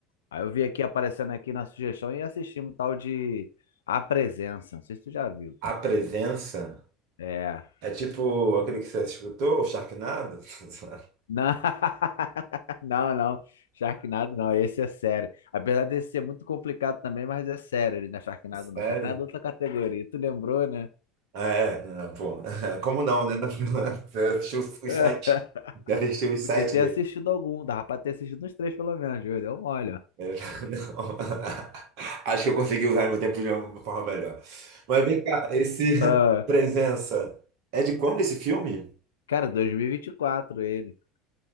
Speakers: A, on the left; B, on the right.
A: Aí eu vi aqui aparecendo aqui na sugestão e assisti um tal de A Presença. Não sei se tu já viu.
B: A Presença
A: É.
B: é tipo aquele que você escutou, o Sharknado? <laughs>
A: Não. <laughs> Não, não. Sharknado não, esse é sério. Apesar desse ser muito complicado também, mas é sério, ele não é Sharknado não.
B: Sério?
A: Sharknado é outra categoria, tu lembrou, né?
B: É, ah, pô, <laughs> como não, né? <laughs> Eu Deixei os os
A: <laughs>
B: sites, já deixei os
A: Podia
B: sites
A: ter
B: dele.
A: assistido algum, dava pra ter assistido uns três pelo menos, Júlio, deu mole, ó.
B: É, <laughs> não. <laughs> Acho que eu consegui usar meu tempo de uma forma melhor. Mas vem cá, esse
A: Ah,
B: <laughs> Presença é de quando esse filme?
A: cara, 2024, ele.